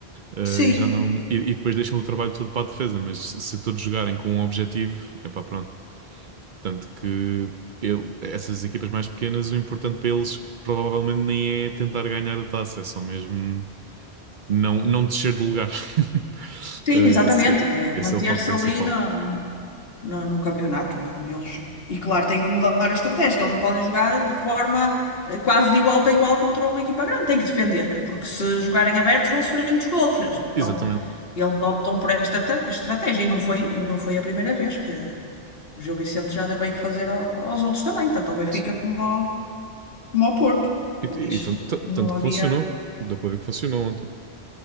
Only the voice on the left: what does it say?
Sim,
sim,
exatamente.
É
manter-se
ali na- no, no campeonato. Eles, e claro, têm que mudar a estratégia, que eles não podem jogar de forma eh, quase de igual para igual contra uma equipa grande. Têm que defender, porque se jogarem abertos vão sofrer muitos golos. Eles estão
e Eles optam por esta tra- estratégia e não foi, e não foi a primeira vez que o Gil Vicente já deu bem que fazer ao- aos outros também, tanto ao Benfica
como ao, como ao Porto.
Por isso
não
havia.